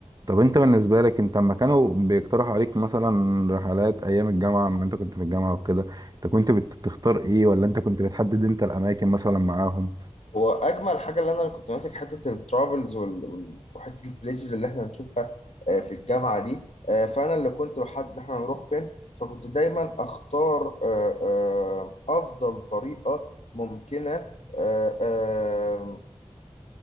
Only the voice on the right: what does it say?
طب انت بالنسبة لك انت لما كانوا بيقترحوا عليك مثلا رحلات ايام الجامعة لما انت كنت في الجامعة وكده انت كنت بتختار ايه ولا انت كنت بتحدد انت الاماكن مثلا معاهم